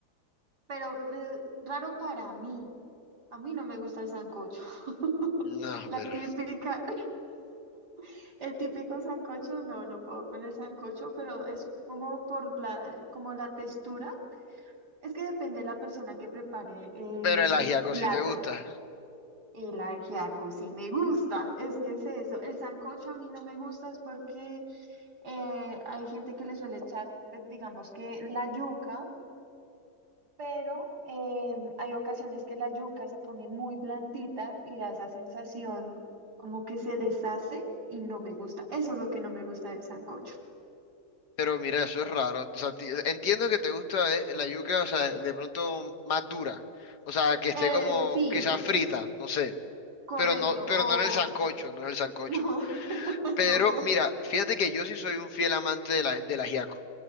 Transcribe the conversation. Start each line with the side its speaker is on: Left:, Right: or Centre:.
Right: pero pues, raro para mí. A mí no me gusta el sancocho. <laughs>
Left: No,
Right: La
Left: pero,
Right: típica, <laughs> el típico sancocho, no, no puedo con el sancocho, pero es como por la, como la textura. Es que depende de la persona que prepare eh,
Left: pero el
Right: el
Left: ajiaco
Right: plato.
Left: sí te gusta.
Right: El ajiaco sí me gusta, es que es eso. El sancocho a mí no me gusta es porque eh, hay gente que le suele echar, pues, digamos que la yuca, pero em, hay ocasiones que la yuca se pone muy blandita y da esa sensación como que se deshace y no me gusta. Eso es lo que no me gusta del sancocho.
Left: Pero mira, eso es raro. O sea, ti- entiendo que te gusta eh, la yuca, o sea, de pronto más dura. O sea, que esté
Right: Eh,
Left: como
Right: sí,
Left: quizás frita, no sé.
Right: correcto,
Left: Pero no, pero
Right: o
Left: no en el sancocho, no en el
Right: <laughs>
Left: sancocho.
Right: no, <laughs>
Left: Pero
Right: no,
Left: mira, fíjate que yo sí soy un fiel amante de la, del ajiaco.